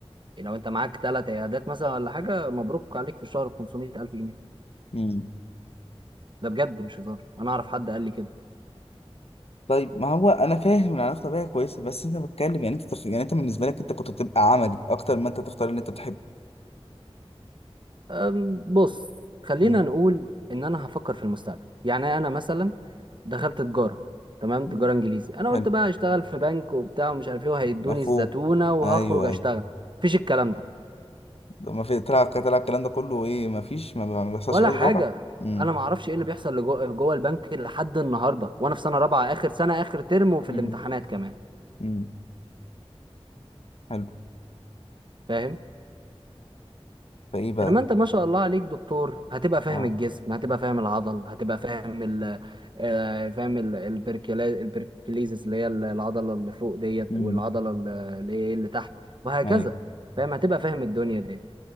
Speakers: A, on the right; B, on the left.
A: لو انت معاك ثلاث عيادات مثلا ولا حاجة مبروك عليك في الشهر 500 الف جنيه
B: امم
A: ده بجد مش هزار انا اعرف حد قال لي كده
B: طيب ما هو انا فاهم ان العلاج الطبيعي كويسه بس انت بتكلم يعني انت تف... يعني انت بالنسبه لك انت كنت بتبقى عملي اكتر ما انت تختار اللي انت بتحبه
A: أم، بص خلينا
B: امم
A: نقول ان انا هفكر في المستقبل يعني انا مثلا دخلت تجاره تمام
B: أمم.
A: تجاره انجليزي انا قلت
B: حلو
A: بقى هشتغل في بنك وبتاع ومش عارف ايه وهيدوني
B: مفهوم
A: الزتونه وهخرج
B: ايوه
A: اشتغل
B: ايوه
A: مفيش الكلام ده
B: ما في طلع طلع الكلام ده كله ايه ما فيش ما ما بيحصلش
A: ولا
B: في ارض
A: حاجه
B: الواقع امم
A: انا ما اعرفش ايه اللي بيحصل لجوه جوه البنك لحد النهارده وانا في سنه رابعه اخر سنه اخر ترم وفي
B: مم.
A: الامتحانات كمان
B: امم حلو
A: فاهم
B: فايه بقى
A: انما انت ما شاء الله عليك دكتور هتبقى فاهم
B: اه
A: الجسم هتبقى فاهم العضل هتبقى فاهم ال آه، فاهم ال- البركيلا البركيليزس اللي هي ال- العضله اللي فوق ديت
B: امم
A: والعضله ال- اللي هي اللي تحت وهكذا
B: ايوه
A: فاهم هتبقى فاهم الدنيا ديت